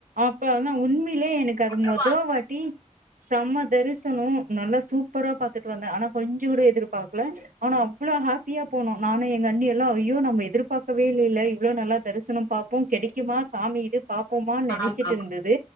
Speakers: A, on the right (about 85°); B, on the left (about 25°).
A: அப்ப வந்து உண்மையிலியே எனக்கு அது
B: வுட்ருவாங்க
A: மொத வாட்டி செம்ம தரிசனம் நல்லா சூப்பரா பாத்துட்டு வந்தேன் ஆனா கொஞ்ச கூட எதிர்பாக் க்ல ஆனா அவ்ளோ ஹேப்பியா போனோம் நானு எங்க அண்ணியெல்லாம் ஐயோ நம்ப எதிர்பாக்க கவேலில இவ்ளோ நல்லா தரிசன பாப்போ கெடிக்குமா சாமி இது பாப்பொம் மான் நெனச்சிட்ருந்துது
B: ஆமா ஆமா